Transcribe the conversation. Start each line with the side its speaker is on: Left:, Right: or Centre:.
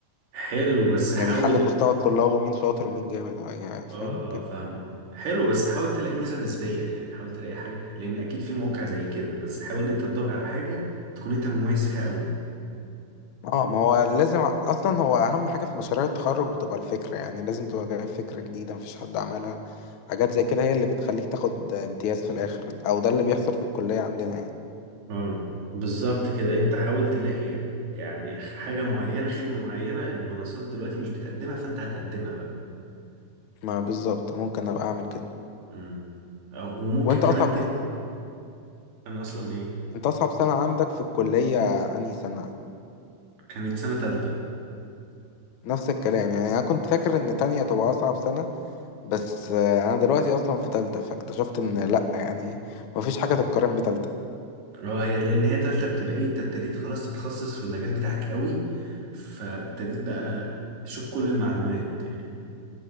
Right: حلو بس حاول
Left: يعني يحلل مستوى الطلاب ومين شاطر ومين جامد يعني فاهم
Right: اه
Left: كده
Right: اه فاهمك حلو بس حاول تلاقي ميزه نسبيه يعني حاول تلاقي حاجه لان اكيد في مواقع زي كده بس حاول ان انت تدور على حاجه تكون انت مميز فيها قوي
Left: اه ما هو لازم ع- اصلا هو اهم حاجه في مشاريع التخرج بتبقى الفكره يعني لازم تبقى جايب فكره جديده مفيش حد عملها حاجات زي كده هي اللي بتخليك تاخد امتياز في الاخر او ده اللي بيحصل في الكليه عندنا يعني
Right: اه بالظبط كده انت حاول تلاقي يعني حاجة معينة خدمة معينة المنصات دلوقتي مش بتقدمها فانت هتقدمها بقى
Left: ما بالظبط ممكن ابقى اعمل كده
Right: امم أو- وممكن
Left: وانت
Right: كمان
Left: اصعب
Right: ت... انا اصلا ايه
Left: انت اصعب سنه عندك في الكليه انهي سنه
Right: كانت سنة تالتة
Left: نفس الكلام يعني انا كنت فاكر ان تانية تبقى اصعب سنه بس آه، انا دلوقتي اصلا في تالتة فاكتشفت ان لا يعني مفيش حاجه تتقارن بتالتة
Right: اه هي لان هي تالتة بتبقى ايه انت ابتديت خلاص تتخصص في المجال بتاعك قوي فابتديت بقى تشوف كل المعلومات يعني